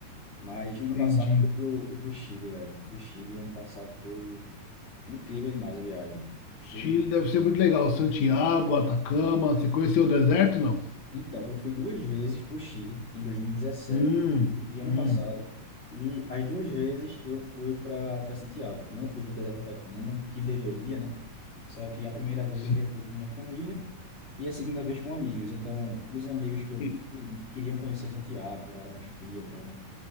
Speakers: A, on the left (about 20°); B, on the left (about 65°).
A: Mas ano
B: Entendi.
A: passado eu fui pro, fui pro Chile, velho. O Chile ano passado foi incrível demais a viagem. Você
B: Chile deve ser muito legal. Santiago, Atacama. Você conheceu o deserto, não?
A: Então, eu fui duas vezes para o Chile, em 2017
B: Hum,
A: e dezessete e e ano
B: hum,
A: passado, e as duas vezes eu fui para Santiago. Não fui para o deserto do Atacama, que deveria, né? Só que a primeira vez
B: sim.
A: eu viajei com minha família e a segunda vez com amigos. Então, os amigos que eu
B: E,
A: fui queriam conhecer Santiago, ela era mais fria e tal.